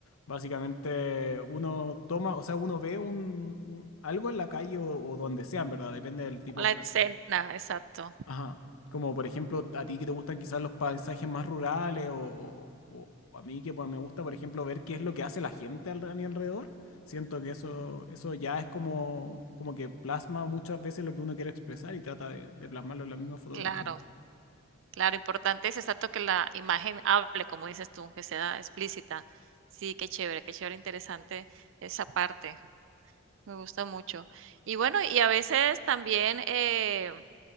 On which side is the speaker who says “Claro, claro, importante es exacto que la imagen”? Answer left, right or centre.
Right